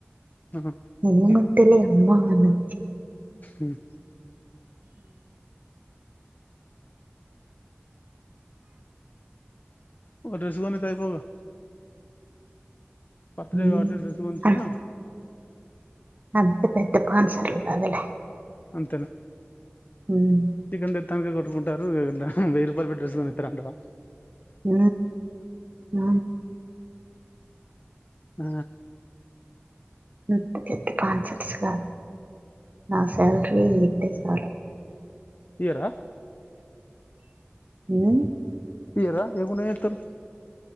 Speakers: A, on the left; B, on the right.
A: ఆహా.
B: ఏం వతలే అమ్మా అని,
A: ఉమ్. ఒక డ్రెస్ కొనిత్తయిపోవుగా. బర్త్డే
B: ఉమ్
A: కాబట్టి డ్రెస్ కొనిచ్చిన.
B: అ అంత పెద్ద స్పాన్సర్లు కాదులే.
A: అంతేనా
B: ఉమ్
A: చికన్ తే నికి కొట్టుకుంటారు. వెయ్యి రూపాయలు పెట్ డ్రెస్ కొనితరు అంటవా.
B: అ ఆ
A: ఆ
B: పెద్ద పెద్ద పాన్సట్స్ కాదు నా శాలరీ ఇతే చాలు.
A: ఇయ్యరా.
B: ఉం
A: ఇయ్యరా ఈయకుంటే ఏం జేతరు.